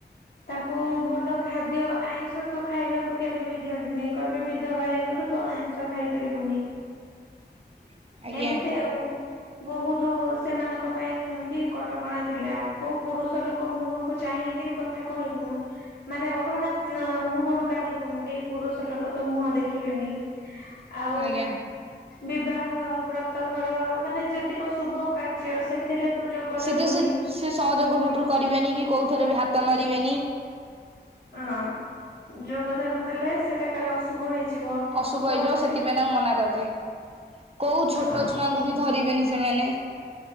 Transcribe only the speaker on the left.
ତାଙ୍କୁ ଭଲ ଖାଦ୍ୟ ଆଇଁଷ ତ ଖାଇବାକୁ କେବେ ବି ଦିଅନ୍ତିନିଁ କହିବେ ବିଧବା ହେଇଗଲୁ। ତ ଆଇଁଷ ଖାଇ ପାରିବୁନି।
ଏମିତି ଆଉ। ବହୁତ ସେମାନଙ୍କ ପାଇଁ ବି କଟକଣା ଥିଲା ଆଉ କୋଉ ପୁରୁଷ ଲୋକ। କୋଉ ମୁହକୁ ଚାହିଁକିରି କଥା କହିବୁନୁ। ମାନେ ଓଢଣା ମୁହଁରୁ କାଢିବୁନୁ, କେହି ପୁରୁଷ ଲୋକ ତ ମୁହଁ ଦେଖିବେନି।
ଆଉ
ବିବାହ ବ୍ରତଘର ମାନେ ଯେତିକ ଶୁଭ କାର୍ଯ୍ୟ ସେ ସେଥିରେ ତୁ ଯୋଗ
ଦେବୁନି।
ହଁ, ଯୋଗଦାନ ଦେଲେ ସେଟା କାଳେ ଅଶୁଭ ହେଇଯିବ।
କୌଣସି
ହଁ